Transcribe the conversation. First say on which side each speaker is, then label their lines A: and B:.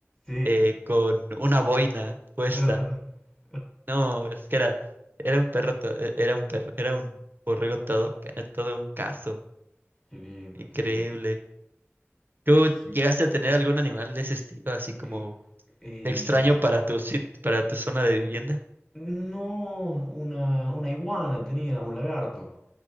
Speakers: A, on the left (about 15°); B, on the right (about 45°).
A: Sí,
B: eh, con una boina puesta.
A: <laughs>
B: No, es que era, era un perro, to- eh, era un perro, era un borrego todo, ca- todo un caso.
A: Qué lindo,
B: Increíble.
A: qué lindo.
B: ¿Tú
A: Sí.
B: llegaste a tener algún animal de ese estilo, así como
A: Eh, eh,
B: Extraño para tu, sit- para tu zona de vivienda.
A: no, una, una iguana tenía, un lagarto.